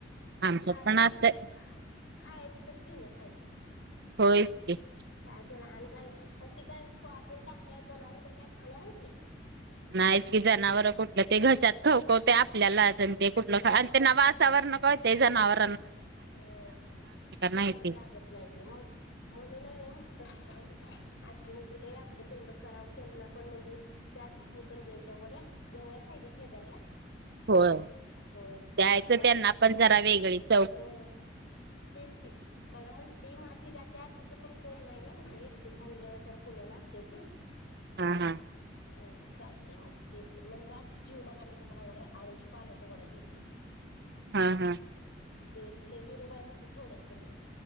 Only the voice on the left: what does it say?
खायच
तर खायची तर जिन्नस आहे ते.
काय त्याला आणि काय आणि ती काय आपण टाकल्या जनावर तर काय खाणार आहे ते.
हा
होय
चांगलं
लागत नाही ते मग म्हणूनही नाही म्हंटलं. दे आजीनी दिलंय आपलं तेवढं करावं त्यांना पण म्हणजे त्या आजीसनी पण द्यायच्या वड्या. जवळच आहे का शेजारला.
हो मला
होय तेच की मला म्हण मी आजीचं पण कोण नाही नाही एकटीच मुलं जरा पुण्याला असते ते.
म्हणते चालतेय मग देत म्हणज आजी जीवनाक आम्ही तुम्हाला वड्या आळूच्या पानाच्या वड्या देते.
ले देन काय म्हणली थोडेश.